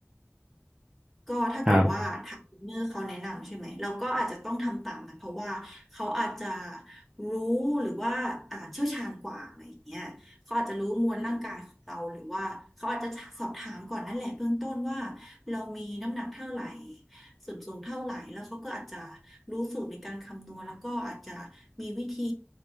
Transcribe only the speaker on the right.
ครับ